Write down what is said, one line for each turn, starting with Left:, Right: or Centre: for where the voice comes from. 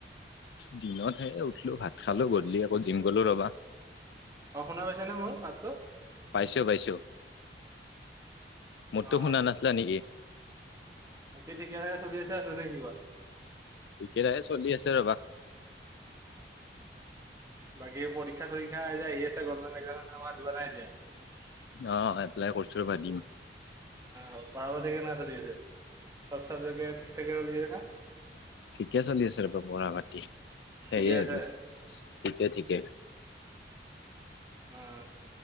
Left: দিনত হে উঠিলোঁ ভাত খালো, গধূলি আকৌ জিম গলো ৰবা
Right: অহ শুনা পাইছা নে মোৰ মাতটো
Left: পাইছো পাইছো, মোৰতো
Right: অ
Left: শুনা নাছিলা নেকি
Right: বাকী ঠিকে চলি আছা নে কিবা
Left: ঠিকেই ঠাকে চলি আছে ৰবা
Right: বাকী পৰীক্ষা চৰীক্ষা যে আহি আছে এই আমাৰ যিবা নাই এতিয়া <unintelligible>
Left: অ এপ্লাই কৰিছো প দিম
Right: অ পঢ়া পাতি কেনেকা চলি আছে, চব চাবজেক্ট ঠিক থঠাকে চলি আছে না?
Left: ঠিকে চলি আছে ৰ'ব বুঢ়া মাটি সেইয়ে
Right: ঠিকে আছে
Left: আৰু ঠিকে ঠিকে
Right: অ